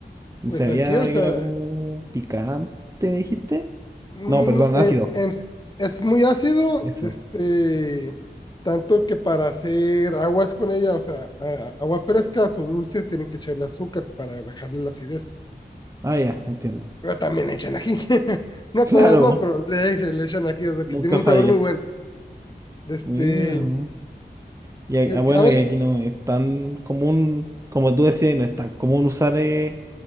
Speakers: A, on the right (about 20°); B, on the left (about 25°).
A: Ni
B: Pues
A: sabía
B: aquí, o
A: que
B: sea,
A: era como picante, ¿me dijiste?
B: mm,
A: No, perdón,
B: eh,
A: ácido.
B: en- es muy ácido,
A: Eso.
B: este, tanto que para hacer aguas con ella, o sea, a- aguas frescas o dulces, tienen que echarle azúcar para bajarle la acidez.
A: Ah, ya, entiendo. <laughs>
B: Pero también le echan ají. <laughs> No
A: Claro,
B: todos, no, pero le, echan- le echan ají, o sea,
A: nunca
B: que tiene un
A: falla.
B: sabor muy bueno. Este,
A: Mira. no. Y, a-
B: y-
A: ah, bueno,
B: y a ver,
A: y
B: y-
A: aquí no es tan común, como tú decías, y no es tan común usar eh,